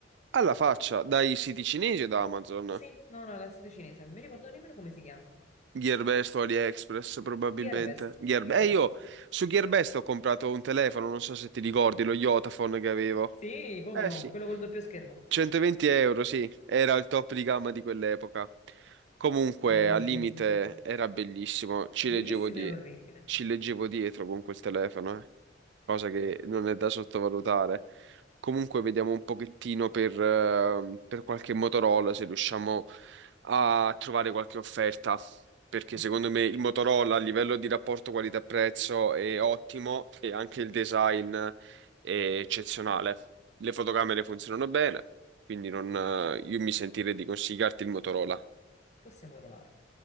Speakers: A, on the right (about 65°); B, on the left (about 40°).
A: Alla faccia, dai siti cinesi o da Amazon?
B: Sì, no, no, la seta cinese, non mi ricordo nemmeno come si chiama.
A: Gearbest o AliExpress probabilmente.
B: Gearbest,
A: Gearbe-
B: Gearbest.
A: Eh, io su Gearbest ho comprato un telefono, non so se ti ricordi, lo Yotaphone che avevo.
B: Sì, come
A: Eh
B: no,
A: sì,
B: quello col doppio schermo.
A: 120 euro, sì, era il top di gamma di quell'epoca. Comunque,
B: Ed era
A: al
B: orribile.
A: limite era bellissimo, ci
B: Bellissimo
A: leggevo, die-
B: e orribile.
A: ci leggevo dietro con quel telefono. eh. cosa che non è da sottovalutare. Comunque vediamo un pochettino per, eh, per qualche Motorola se riusciamo a trovare qualche offerta, perché
B: Ok,
A: secondo me il Motorola a livello di rapporto qualità-prezzo è ottimo e anche il design è eccezionale. Le fotocamere funzionano bene, quindi non, eh, io mi sentirei di consigliarti il Motorola.
B: possiamo provare.